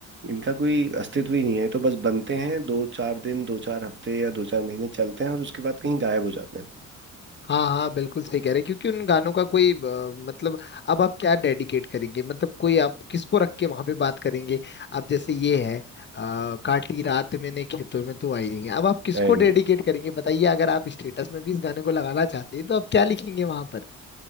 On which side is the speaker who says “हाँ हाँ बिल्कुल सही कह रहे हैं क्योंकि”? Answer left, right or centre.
Left